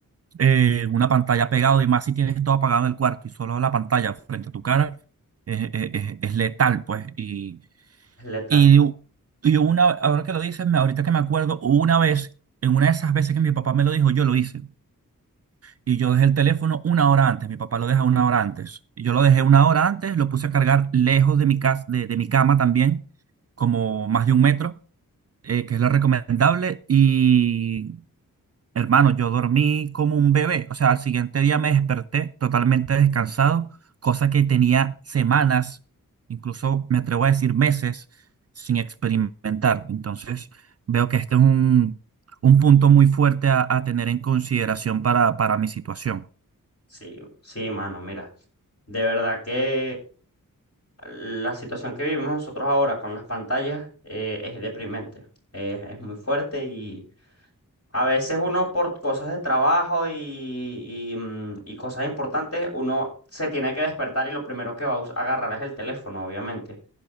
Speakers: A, on the right (about 45°); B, on the left (about 40°).
A: eh, una pantalla pegado y más si tienes todo apagado en el cuarto y solo la pantalla frente a tu cara eh, eh, eh, es, letal, pues. Y,
B: Es letal.
A: y, y una, ahora que lo dices, me- ahorita que me acuerdo, una vez, en una de esas veces que mi papá me lo dijo, yo lo hice. Y yo dejé el teléfono una hora antes, mi papá lo deja una hora antes. Y Yo lo dejé una hora antes, lo puse a cargar lejos de mi casa, de, de mi cama también, como más de un metro, eh, que es lo recomendable. Y Hermano, yo dormí como un bebé, o sea, al siguiente día me desperté totalmente descansado, cosa que tenía semanas, incluso me atrevo a decir meses, sin experimentar. Entonces, veo que este es un, un punto muy fuerte a, a tener en consideración para, para mi situación.
B: Sí, sí, mano, mira. De verdad que la situación que vivimos nosotros ahora con las pantallas eh, es deprimente. Eh, es muy fuerte y a veces uno por cosas de trabajo y, y, mm, y cosas importantes, uno se tiene que despertar y lo primero que va a us- agarrar es el teléfono, obviamente.